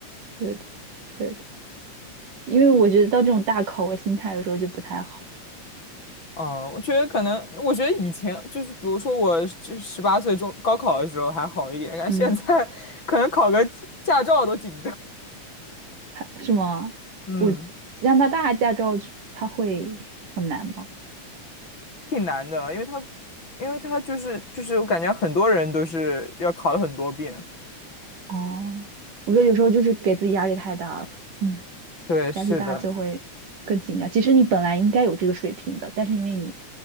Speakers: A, on the right; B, on the left.
A: 对的对的，因为我觉得到这种大考，我心态有时候就不太好。
B: 嗯，我觉得可能，我觉得以前就是，比如说我就十八岁中高考的时候还好一点，但现在
A: 嗯，
B: <laughs> 可能考个驾照都紧张。
A: 他是吗？
B: <laughs> 嗯。
A: 我加拿大驾照他会很难吗？
B: 挺难的，因为他，因为他就是就是我感觉很多人都是要考了很多遍。
A: 哦，我觉得有时候就是给自己压力太大了，嗯，
B: 对，是的，
A: 压力大就会更紧张。其实你本来应该有这个水平的，但是因为你